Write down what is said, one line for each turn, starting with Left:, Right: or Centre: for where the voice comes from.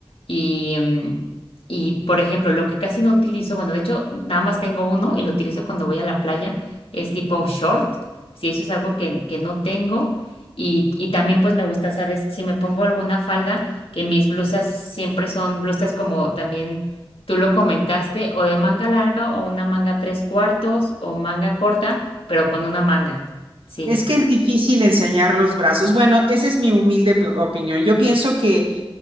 Left: y, mm, y, por ejemplo, lo que casi no utilizo, bueno, de hecho, nada más tengo uno y lo utilizo cuando voy a la playa, es tipo short, si eso es algo que, que no tengo. Y, y también pues me gusta, ¿sabes? Si me pongo alguna falda, que mis blusas siempre son blusas como también tú lo comentaste, o de manga larga o una manga tres cuartos o manga corta, pero con una manga. Sí.
Right: Es que es difícil enseñar los brazos. Bueno, esa es mi humilde pi- opinión. Yo pienso que